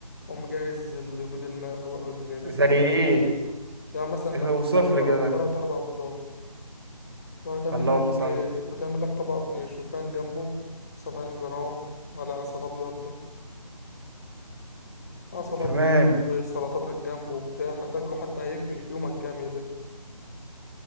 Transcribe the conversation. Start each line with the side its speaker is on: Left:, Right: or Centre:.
Left: أقوم مجهز البيض المقلوق المسلوق
Right: زي ايه
Left: المقلي يعني مثلا
Right: ايه
Left: تعمل
Right: اوصف
Left: لك تلات
Right: لي
Left: أر-
Right: كده
Left: تلات أربع بيضات وهتعمل
Right: اللهم
Left: لك
Right: صل
Left: آه، هتعمل لك طبق آه، شوفان جنبه سبعين جرام على عسل أبيض عسل
Right: تمام
Left: أبيض وسلطاتك جنبه وبتاع هتاكله حتى هيفرق في يومك جامد ده